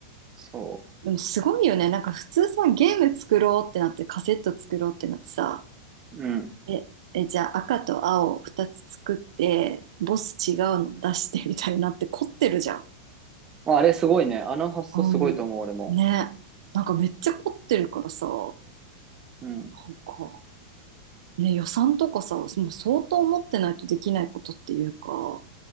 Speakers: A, on the right; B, on the right.
A: そ
B: でもすごいよね。なんか普通さ、ゲーム作ろうってなって、カセット作ろうってなってさ、
A: う。うん。
B: え、え、じゃあ赤と青2つ作って、ボス違うの出してみたいになって凝ってるじゃん。
A: まああれすごいね。あの発想すごいと思う、
B: うん。
A: 俺も。
B: ね。なんかめっちゃ凝ってるからさ、な
A: うん。
B: んか、ね、予算とかさ、もう相当持ってないとできないことっていうか、